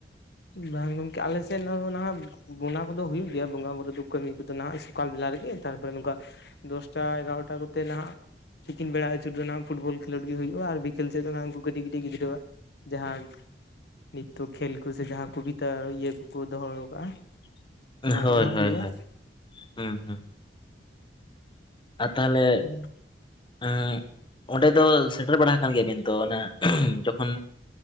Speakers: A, on the left (about 65°); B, on the left (about 30°).
A: ᱵᱟᱝ ᱜᱚᱝᱠᱮ ᱟᱞᱮ ᱥᱮᱫ ᱦᱚᱸ ᱱᱟᱦᱟᱜ ᱵᱚᱱᱟ ᱫᱚ ᱦᱩᱭᱩᱜ ᱜᱮᱭᱟ᱾ ᱵᱚᱸᱜᱟ ᱵᱩᱨᱩ ᱫᱚ ᱠᱟᱹᱢᱤ ᱠᱚᱫᱚ ᱱᱟᱦᱟᱜ ᱥᱚᱠᱟᱞ ᱵᱮᱞᱟ ᱨᱮᱜᱮ ᱛᱟᱨᱯᱚᱨᱮ ᱱᱚᱝᱠᱟ ᱫᱚᱥᱴᱟ ᱮᱜᱟᱨᱚᱴᱟ ᱠᱚᱛᱮ ᱱᱟᱦᱟᱜ ᱛᱤᱠᱤᱱ ᱵᱮᱲᱟ ᱟᱹᱪᱩᱨ ᱫᱚ ᱦᱱᱟᱜ ᱯᱷᱩᱴᱵᱚᱞ ᱠᱷᱮᱞᱳᱰ ᱜᱮ ᱦᱩᱭᱩᱜᱼᱟ, ᱟᱨ ᱵᱤᱠᱮᱞ ᱥᱮᱫ ᱫᱚᱜ ᱩᱱᱠᱩ ᱠᱟᱹᱴᱤᱡ ᱠᱟᱹᱴ ᱜᱤᱫᱽᱨᱟ ᱡᱟᱦᱟᱸᱜ ᱛᱚ ᱠᱷᱮᱞ ᱠᱚᱥᱮ ᱡᱟᱦᱟᱸ ᱠᱚᱵᱤᱛᱟ ᱤᱭᱟᱹ ᱠᱚᱠᱚ ᱫᱚᱦᱚ ᱠᱟᱫᱼᱟ, ᱚᱱᱟ
B: ᱦᱳᱭ
A: ᱠᱚᱨᱮ ᱦᱟᱸᱜ
B: ᱦᱳᱭ
A: ᱦᱩᱭᱩᱜᱼᱟ᱾
B: ᱦᱳᱭ ᱦᱩᱸ ᱦᱩᱸ ᱟᱨ ᱛᱟᱦᱞᱮ
A: ᱦᱸ
B: ᱟᱸᱜ ᱚᱸᱰᱮ ᱫᱚ ᱥᱮᱴᱮᱨ ᱵᱟᱲᱟ ᱟᱠᱟᱱ ᱜᱮᱭᱟᱵᱤᱱ ᱛᱚ, ᱚᱱᱮ ᱡᱚᱠᱷᱚᱱ